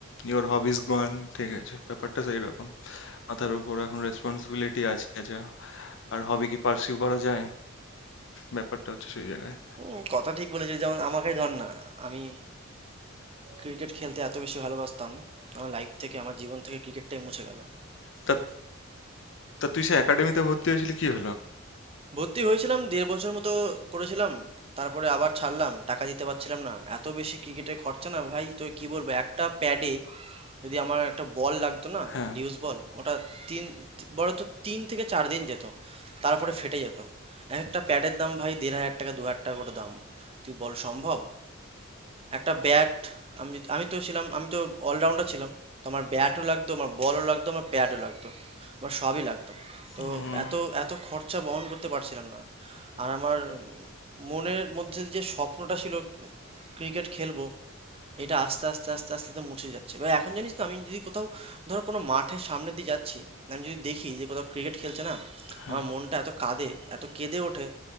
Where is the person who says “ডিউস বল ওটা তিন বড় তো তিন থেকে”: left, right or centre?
Right